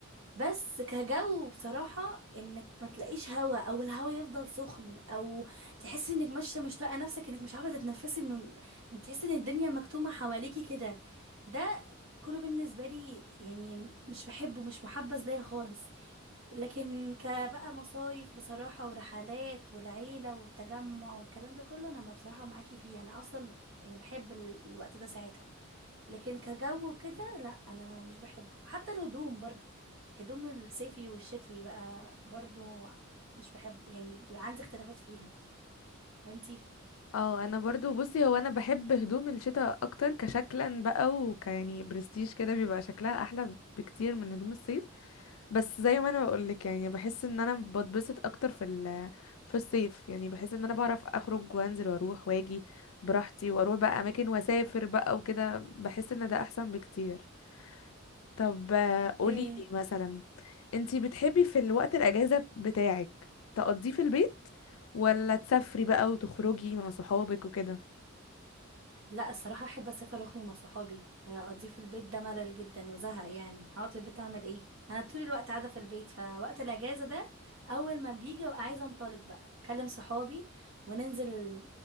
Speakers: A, on the right; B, on the left.
A: بس كجو بصراحه انك ما تلاقيش هوا او الهوا يفضل سخن او تحسي انك ماشيه مش طايقه نفسك انك مش عارفه تتنفسي من... تحسي ان الدنيا مكتومه حواليكي كده ده كله بالنسبة لي يعني مش بحبه مش محبذ ليا خالص لكن كبقى مصايف بصراحة ورحلات والعيلة وتجمع والكلام ده كله انا ما بصراحة معاكي فيه انا اصلا يعني بحب ال- الوقت ده ساعتها لكن كجو وكده لا انا مش بحبه حتى الهدوم برضو هدوم الصيفي والشتوي بقى برضو مش بحب يعني بيبقى عندي اختلافات فيها وانتي
B: اه انا برضو بصي هو انا بحب هدوم الشتاء اكتر كشكلا بقى وك يعني برستيج كده بيبقى شكلها احلى بكتير من هدوم الصيف بس زي ما انا بقولك يعني بحس ان انا بتبسط اكتر في ال في الصيف يعني بحس ان انا بعرف اخرج وانزل واروح واجي براحتي واروح بقى اماكن واسافر بقى وكده بحس ان ده احسن بكتير طب
A: اوكي
B: قولي لي مثلا انتي بتحبي في الوقت الاجازة بتاعك تقضيه في البيت ولا تسافري بقى وتخرجي مع صحابك وكده
A: لا الصراحة احب اسافر واخرج مع صحابي آه، اقضيه في البيت ده ملل جدا وزهق يعني هقعد في البيت اعمل ايه انا طول الوقت قاعدة في البيت فوقت الاجازة ده اول ما بيجي ببقى عايزة انطلق بقى اكلم صحابي وننزل